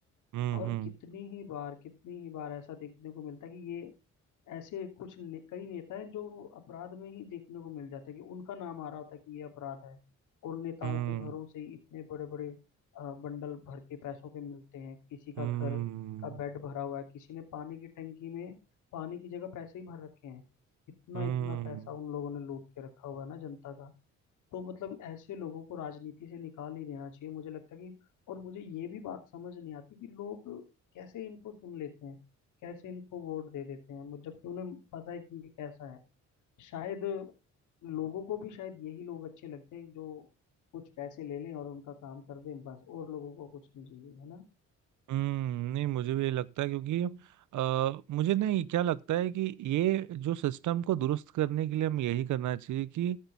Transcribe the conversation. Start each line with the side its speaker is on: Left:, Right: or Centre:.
Right: हम्म
Left: और कितनी ही बार कितनी ही बार ऐसा देखने को मिलता है कि ये ऐसे कुछ ने, कई नेता हैं जो अपराध में ही देखने को मिल जाता है कि उनका नाम आ रहा होता है कि ये अपराध है और नेताओं
Right: हम्म
Left: के घरों से ही इतने बड़े बड़े बंडल भर के पैसों के मिलते हैं किसी
Right: हम्म
Left: का घर का बेड भरा हुआ है किसी ने पानी की टंकी में पानी की जगह पैसे ही भर रखे हैं इतना
Right: हम्म
Left: इतना पैसा उन लोगों ने लूट के रखा हुआ है ना जनता का तो मतलब ऐसे लोगों को राजनीति से निकाल ही देना चाहिए मुझे लगता है कि और मुझे ये भी बात समझ नहीं आती कि लोग कैसे इनको चुन लेते हैं कैसे इनको वोट दे देते हैं मुझे- जबकि उन्हें पता है कि ये कैसा है शायद लोगों को भी शायद यही लोग अच्छे लगते हैं जो कुछ पैसे ले लें और उनका काम कर दें बस और लोगों को कुछ नहीं चाहिए है ना
Right: हम्म, नहीं मुझे भी ये लगता है क्योंकि अ, मुझे नहीं क्या लगता है कि ये जो सिस्टम को दुरुस्त करने के लिए हम यही करना चाहिए कि